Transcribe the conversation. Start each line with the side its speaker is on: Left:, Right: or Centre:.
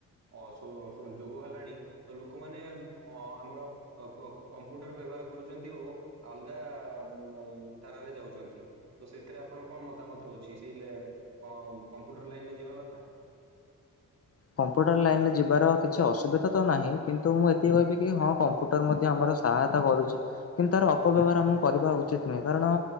Right: ଅଶୁ -ଅ ଯୁଗ ହେଲାଣି ତ ଲୋକମାନେ ଅ ଆମର କ-କମ୍ପ୍ୟୁଟର ବ୍ୟବହାର କରୁଛନ୍ତି ଓ ଅଲଗା ଆ- ଧାରାରେ ଯାଉଛନ୍ତି। ତ ସେଥିରେ ଆପଣଙ୍କ କଣ ମତାମତ ରହୁଛି? ସେଇ କ କମ୍ପ୍ୟୁଟର ଲାଇନରେ ଯିବା କଥା?
Left: କମ୍ପ୍ୟୁଟର ଲାଇନରେ ଯିବାର କିଛି ଅସୁବିଧା ତ ନାହିଁ। କିନ୍ତୁ ମୁଁ ଏତିକି କହିବି କି ହଁ କମ୍ପୁଟର ମଧ୍ୟ ଆମର ସହାୟତା କରୁଛି। କିନ୍ତୁ ତାର ଅପବ୍ୟବହାର ଆମଁ କରିବା ଉଚିତ ନୁହେଁ କାରଣ